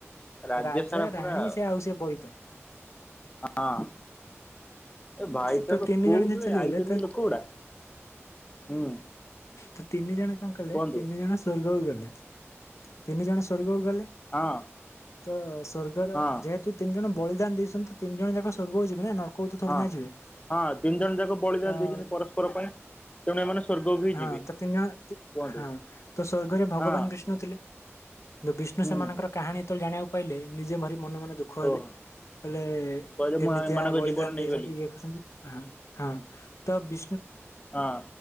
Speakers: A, on the left; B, on the left.
A: ରାଜ୍ୟ
B: ରାଜା
A: ସାରା ପୁରା
B: ରାଣି ସେ ଆଉସ ବୋଇତ। <inaudible>
A: ହଁ ଏ ଭାଇ
B: ତ
A: ସାହେବ
B: ତିନି
A: କୋଉଠୁ
B: ଜଣ ଯଦି ଚାଲିଗଲେ
A: ଆଇଛନ୍ତି
B: ତ
A: ଲୋକ ଗୁଡା ହୁଁ
B: ତ ତିନି ଜଣ କଣ କଲେ
A: କୁହନ୍ତୁ
B: ତିନି ଜଣ ସ୍ୱର୍ଗକୁ ଗଲେ। ତିନି ଜଣ ସ୍ଵର୍ଗକୁ ଗଲେ
A: ହଁ
B: ତ ସ୍ଵର୍ଗର
A: ହଁ
B: ଯେହେତୁ ତିନି ଜଣ ବଳିଦାନ ଦେଇଛନ୍ତି। ତିନି ଜଣ ଯାକ ସ୍ୱର୍ଗ ହଉ ଯିବେ ନା ନର୍କକୁ ଥୋଡି
A: ହଁ
B: ନା ଯିବେ
A: ହଁ ତିନି ଜଣ ଯାକ ବଳିଦାନ
B: ତ
A: ଦେଇଛନ୍ତି ପରସ୍ପର ତେଣୁ ଏମାନେ ସ୍ୱର୍ଗକୁ ହିଁ
B: ହଁ
A: ଯିବେ
B: ତ ତିନି ଜଣ
A: କୁହନ୍ତୁ
B: ହଁ ତ ସ୍ଵର୍ଗରେ ଭଗବାନ
A: ହଁ
B: ବିଷ୍ଣୁ ଥିଲେ। ବିଷ୍ଣୁ
A: ହୁଁ
B: ସେମାନଙ୍କର କାହାଣୀ ଯେତେବେଳେ ଜାଣିବାକୁ ପାଇଲେ ନିଜେ ଭରି ମନେ ମନେ ଦୁଃଖ
A: ଓହୋ।
B: ହେଲେ। କଲେ
A: କହିଲେ ମୁଁ
B: ଏମିତିଆ
A: ଏମାନଙ୍କ
B: ବଳିଦାନ
A: ଜୀବନ ନେଇଗଲି
B: ଦେଇଛନ୍ତି ଇଏ କରୁଛନ୍ତି
A: ହୁଁ
B: ହଁ ତ ବି
A: ହଁ।